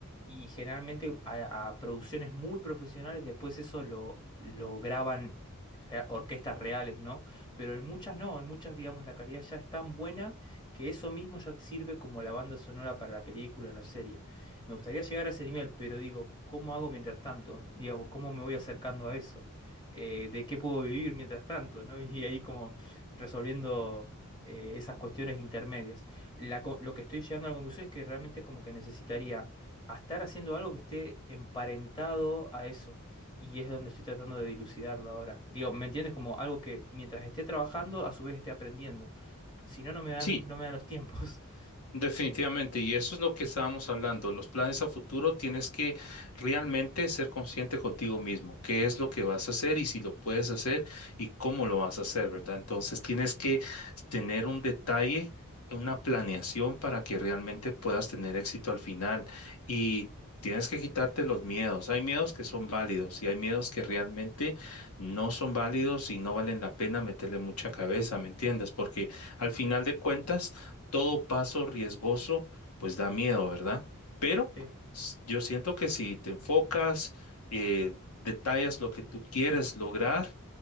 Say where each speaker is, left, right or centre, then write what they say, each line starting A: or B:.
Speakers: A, on the left; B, on the left.
A: y generalmente a, a producciones muy profesionales después eso lo, lo graban rea- orquestas reales, ¿no? Pero en muchas no, en muchas, digamos, la calidad ya es tan buena que eso mismo ya te sirve como la banda sonora para la película o la serie. Me gustaría llegar a ese nivel, pero digo, ¿cómo hago mientras tanto? Digamos, ¿cómo me voy acercando a eso? eh, de qué puedo vivir mientras tanto, ¿no? Y ahí como resolviendo eh, esas cuestiones intermedias. La co- lo que estoy llegando a la conclusión es que realmente es como que necesitaría a estar haciendo algo que esté emparentado a eso. Y es donde estoy tratando de dilucidarlo ahora. Digo, ¿me entiendes? Como algo que mientras esté trabajando, a su vez esté aprendiendo. Si no, no me dan,
B: Sí,
A: no me dan los tiempos. <laughs>
B: definitivamente. Y eso es lo que estábamos hablando. Los planes a futuro tienes que realmente ser consciente contigo mismo. ¿Qué es lo que vas a hacer y si lo puedes hacer y cómo lo vas a hacer, verdad? Entonces tienes que tener un detalle, una planeación para que realmente puedas tener éxito al final. Y tienes que quitarte los miedos. Hay miedos que son válidos y hay miedos que realmente no son válidos y no valen la pena meterle mucha cabeza, ¿me entiendes? Porque al final de cuentas todo paso riesgoso, pues da miedo, ¿verdad? Pero
A: Sí.
B: s- yo siento que si te enfocas, eh, detallas lo que tú quieres lograr